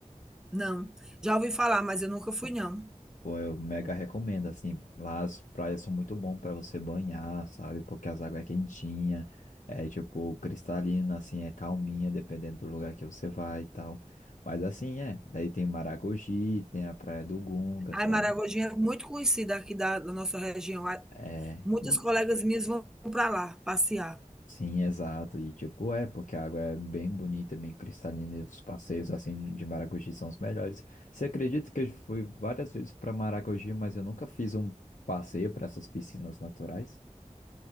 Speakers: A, in the centre; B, on the left.
A: Não. Já ouvi falar, mas eu nunca fui, não.
B: Pô, eu mega recomendo, assim, lá as praias são muito bom para você banhar, sabe? Porque as águas é quentinha, é tipo cristalina, assim, é calminha, dependendo do lugar que você vai e tal. Mas assim, é, daí tem Maragogi, tem a Praia do Gunga,
A: A
B: sabe?
A: Maragogi é muito conhecida aqui da, da nossa região. A-
B: É,
A: Muitas
B: no-
A: colegas minhas vão para lá passear.
B: sim, exato, e tipo, é, porque a água é bem bonita, bem cristalina, e os passeios, assim, de Maragogi são os melhores. Você acredita que eu fui várias vezes para Maragogi, mas eu nunca fiz um passeio para essas piscinas naturais?